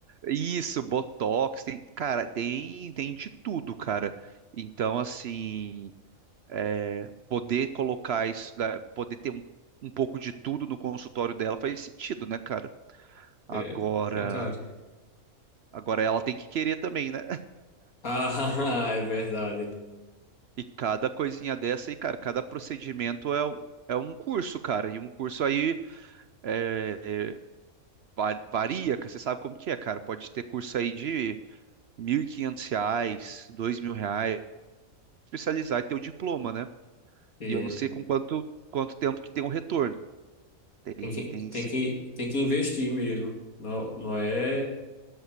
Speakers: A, on the right; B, on the left.
A: isso, botox, tem, cara, tem, tem de tudo, cara. Então, assim, é, poder colocar isso, né, poder ter um, um pouco de tudo no consultório dela faz sentido, né, cara? Agora,
B: É verdade.
A: agora ela tem que querer também, né?
B: Ah, <laughs> é verdade.
A: E cada coisinha dessa, e cara, cada procedimento é, u- é um curso, cara. E um curso aí é, é, va- varia, que você sabe como que é, cara. Pode ter curso aí de 1.500 reais, 2.000 reais, especializar e ter o diploma, né?
B: É,
A: E eu não sei com quanto, quanto tempo que tem o retorno. Tem,
B: tem que,
A: tem
B: tem
A: esse...
B: que, tem que investir mesmo. Não, não é.